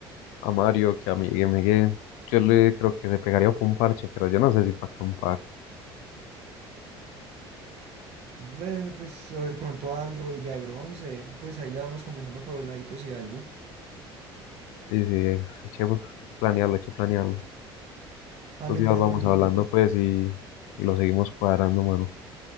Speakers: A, on the left (about 65°); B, on the right (about 55°).
A: a Mario que a Miguel. Miguel, yo le creo que se pegaría por un parche, pero yo no sé si para acampar.
B: ve, pues o de pronto al Rodilla de Bronce, pues ahí le vamos comentando por los laditos y algo.
A: Sí, sí, hay que planearlo, hay que planearlo.
B: Dale
A: Los días
B: pues,
A: vamos
B: manito,
A: hablando
B: pues
A: pues y, y lo seguimos cuadrando, mano.